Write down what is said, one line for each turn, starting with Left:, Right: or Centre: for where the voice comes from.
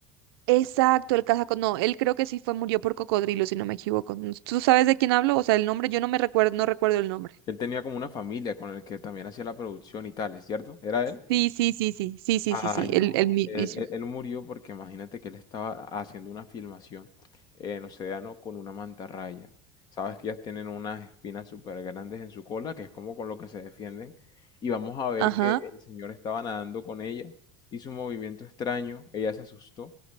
Right: exacto, el cazaco. No, él creo que sí fue, murió por cocodrilo, si no me equivoco. No- ¿Tú sabes de quién hablo? O sea, el nombre, yo no me recuerdo, no recuerdo el nombre.
Left: Él tenía como una familia con el que también hacía la producción y tales, ¿cierto? ¿Era él?
Right: Sí, sí, sí, sí, sí, sí,
Left: Ay,
Right: sí, sí,
Left: no,
Right: el, el mi-
Left: él,
Right: mismo.
Left: él- él murió porque imagínate que él estaba haciendo una filmación en Océano con una mantarraya. Sabes que ellas tienen unas espinas súper grandes en su cola, que es como con lo que se defienden. Y vamos a ver
Right: Ajá.
Left: que el señor estaba nadando con ella, hizo un movimiento extraño, ella se asustó